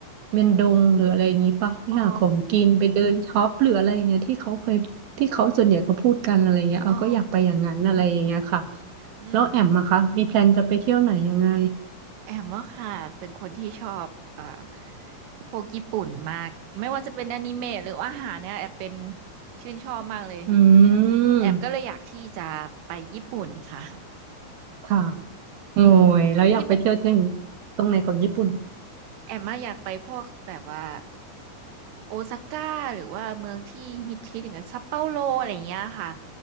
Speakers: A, on the right; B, on the right.
A: เมียนดงหรืออะไรอย่างงี้ป่ะไปหาของกินไปเดินช็อปหรืออะไรอย่างเงี้ยที่เขาเคยที่เขาส่วนใหญ่เขาพูดกันอะไรอย่างเงี้ยเออก็อยากไปอย่างนั้นอะไรอย่างเงี้ยค่ะ
B: อ๋ออ๋ออืมอื
A: แล้วแอมอะคะ
B: ม
A: มีแพลนจะไปเที่ยวไหนยังไง
B: แอมว่าค่ะเป็นคนที่ชอบเอ่อพวกญี่ปุ่นมากไม่ว่าจะเป็นอนิเมะหรืออาหารเนี่ยแอมเป็นชื่นชอบมากเลย
A: อื
B: อืมแอมก็เลยอยากที่จะไปญี่ปุ่นค่ะ
A: ม ค่ะโอ้ยแล้วอยากไปเที่ยวที่
B: <laughs> อืมพี่แต่
A: ตรงไหนของญี่ปุ่น
B: แอมมาอะอยากไปพวกแบบว่า โอซาก้าหรือว่าเมืองที่ฮิตฮิตอย่างเงี้ยซัปเปาโลอะไรอย่างเงี้ยค่ะ